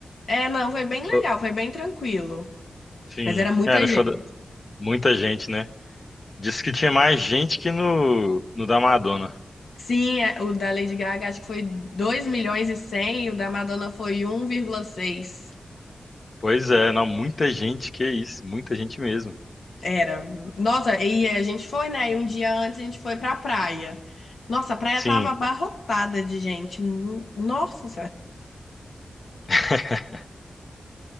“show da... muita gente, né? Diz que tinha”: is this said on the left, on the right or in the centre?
Left